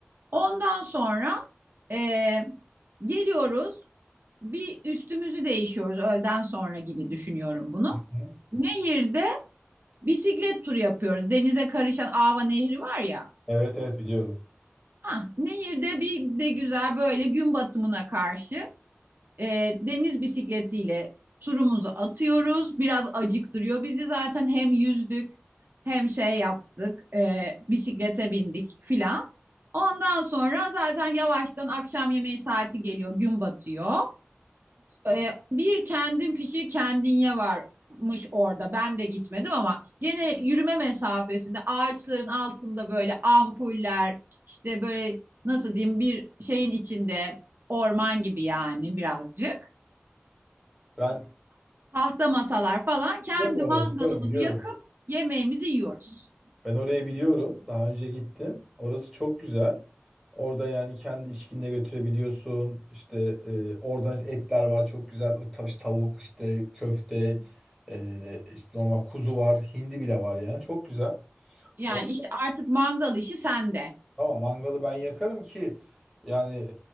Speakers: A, on the right (about 50°); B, in the centre.
A: Ondan sonra ee, geliyoruz bir üstümüzü değişiyoruz öğleden sonra gibi düşünüyorum bunu.
B: Hı.
A: Nehirde bisiklet turu yapıyoruz. Denize karışan Ava Nehri var ya.
B: Evet evet biliyorum.
A: Ha, nehirde bir de güzel böyle gün batımına karşı e, deniz bisikletiyle turumuzu atıyoruz. Biraz acıktırıyor bizi zaten hem yüzdük hem şey yaptık e, bisiklete bindik filan. Ondan sonra zaten yavaştan akşam yemeği saati geliyor gün batıyor e, bir kendin pişir kendin ye varmış orada. Ben de gitmedim ama gene yürüme mesafesinde ağaçların altında böyle ampuller işte böyle nasıl diyeyim bir şeyin içinde orman gibi yani birazcık.
B: Ben
A: Tahta masalar falan kendi
B: biliyorum orayı
A: mangalımızı
B: biliyorum biliyorum.
A: yakıp yemeğimizi yiyoruz.
B: Ben oraya biliyorum. Daha önce gittim. Orası çok güzel. Orada yani kendi içkinle götürebiliyorsun. İşte e, oradan etler var çok güzel. O tav- Tavuk işte köfte e, işte normal kuzu var. Hindi bile var yani çok güzel.
A: Yani
B: O,
A: işte artık mangal işi sende.
B: tamam mangalı ben yakarım ki yani